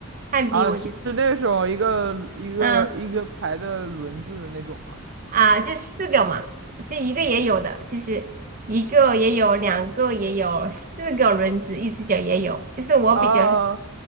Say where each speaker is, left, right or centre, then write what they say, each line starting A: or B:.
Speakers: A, on the right; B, on the right.
A: 旱冰我觉得
B: 啊，是那种一个一个一个排的轮子的那种吗？
A: 嗯。啊，这四个嘛，这一个也有的，就是一个也有，两个也有，四个轮子，一只脚也有。就是我比较
B: 啊，